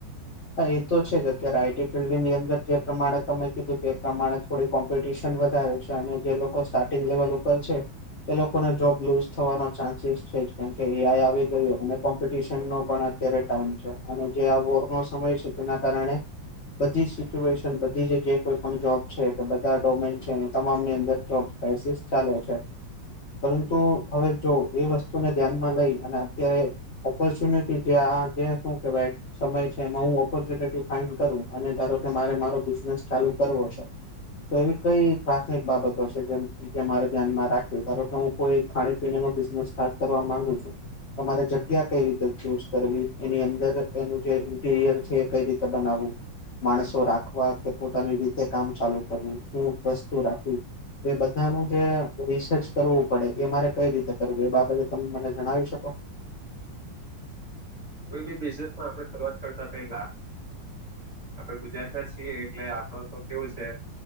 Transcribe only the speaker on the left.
હ એ તો છે જ અત્યારે આઈટી ફિલ્ડની અંદર જે પ્રમાણે તમે કીધું તે પ્રમાણે થોડીક કોમ્પિટિશન વધારે છે અને જે લોકો સ્ટાર્ટિંગ લેવલ ઉપર છે એ લોકોને જોબ લુઝ થવાનો ચાન્સીસ છે કેમકે એ આઈ આવી ગયો અને કોમ્પિટશન નો પણ અત્યારે ટાઈમ છે અને જે આ વોર નો સમય છે તેના કારણે બધી જ સિચ્યુએશન બધી જ જે કોઈ પણ જોબ છે કે બધા ડોમેન છે એ તમામની અંદર જોબ <unintelligible> ચાલે છે પરંતુ હવે જો એ વસ્તુને ધ્યાનમાં લઈ અને અત્યારે ઓપોર્ચ્યુનિટી જે આ જે શું કેવાય સમય છે કે હું ઓપોર્ચ્યુનિટી ફાઈન્ડ કરું અને ધારો કે મારે મારો બિઝનેસ ચાલુ કરવો છે તો એવી કઈ પ્રાથમિક બાબતો છે જેમ મારે ધ્યાનમાં રાખવી ધારો કે હું કોઈ ખાણી પીણી નો બિઝનેસ સ્ટાર્ટ કરવા માંગુ છું તમારે જગ્યા કઈ રીતે ચૂઝ કરવી એની અંદર એનું જે <unintelligible> છે એ કઈ રીતે બનાવવું માણસો રાખવા કે પોતાની રીતે કામ ચાલુ કરવું શું વસ્તુ રાખવી એ બધાનું જે રિસર્ચ કરવું પડે એ મારે કઈ રીતે કરવું એ બાબતે તમે મને જણાવી શકો